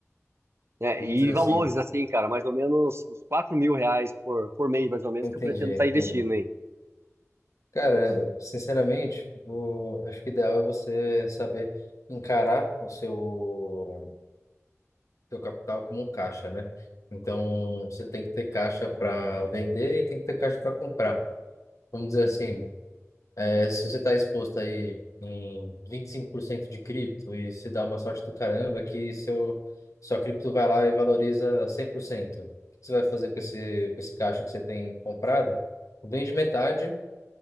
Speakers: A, on the right (about 55°); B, on the left (about 85°).
A: né?
B: vamos
A: e
B: dizer assim,
A: valores, assim, cara, mais ou menos uns quatro mil reais por, por mês, mais ou menos,
B: entendi,
A: que eu pretendo estar
B: entendi.
A: investindo, hein?
B: Cara, sinceramente, vou- acho que o ideal é você saber encarar o seu, seu capital como um caixa, né? Então, você tem que ter caixa para vender e tem que ter caixa para comprar. Vamos dizer assim, É, se você está exposto aí em 25% de cripto e se dá uma sorte do caramba que seu, sua cripto vai lá e valoriza 100%, o que você vai fazer com esse, com esse caixa que você tem comprado? Vende metade,